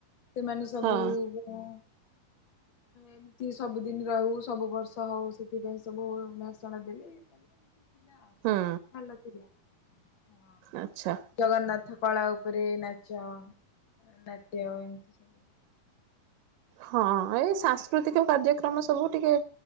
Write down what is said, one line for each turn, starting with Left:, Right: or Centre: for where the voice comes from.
Left: ସେମାନେ ସବୁ
Right: ହଁ
Left: ଉ ଏମିତି ସବୁଦିନ ରହୁ ସବୁ ବର୍ଷ ହୋଉ ସେଥିପାଇଁ ସବୁ ଭାଷଣ ଦେଲେ ଇଏ କଲେ। ଥିଲା ଆଉ
Right: ହୁଁ
Left: ଭଲ ହ ହଁ
Right: ଆଚ୍ଛା
Left: ଜଗନ୍ନାଥ କଳା ଉପରେ ନାଚ ନାଟ୍ୟ ଏମିତି ସବୁ।
Right: ହଁ ଏଇ ସାଂସ୍କୃତିକ କାର୍ଯ୍ୟକ୍ରମ ସବୁ ଟିକେ